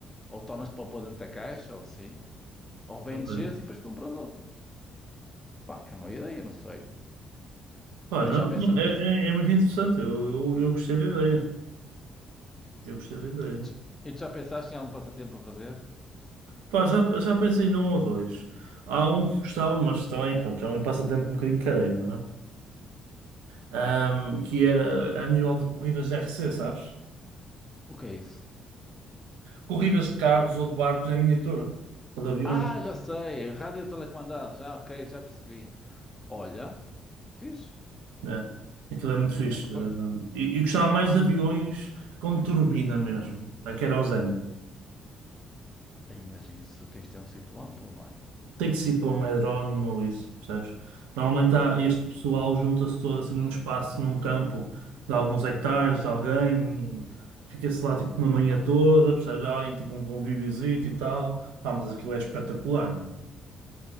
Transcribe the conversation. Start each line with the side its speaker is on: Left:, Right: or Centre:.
Left: ou tornas para pôr dentro da caixa, ou assim. Ou vendes
Right: Ok.
Left: esse e depois compras outro. Pá, é uma ideia, não sei.
Right: Pá,
Left: Mas
Right: não,
Left: tu já
Right: não,
Left: pensaste,
Right: é, é- é muito interessante. Eu, eu, eu gostei da ideia. Eu gostei da ideia.
Left: e tu e tu já pensaste em algum passatempo a fazer?
Right: Pá, já, já pensei num ou dois. Há um que gostava, mas também, pronto, é um passatempo um bocadinho careiro, não é? Ahm, que era a nível de corridas de RC, sabes?
Left: O que é isso?
Right: Corridas de carros ou de barcos em miniatura. Ou de aviões.
Left: Ah, já sei, rádio telecomandado, já, ok, já percebi. Olha, fixe,
Right: É. Aquilo é muito fixe.
Left: é porreiro.
Right: Um, e, e gostava mais de aviões com turbina mesmo, a querosene.
Left: Aí, mas isso tens de ter um sítio amplo, não é?
Right: Tem que ser para um drone ou isso, percebes? Normalmente há,
Left: Ah,
Right: este pessoal junta-se todo assim num espaço, num campo de alguns hectares, de alguém, e fica-se lá tipo uma manhã toda, percebes? Há ali tipo um convíviozinho e tal. Pá, mas aquilo é espetacular, meu.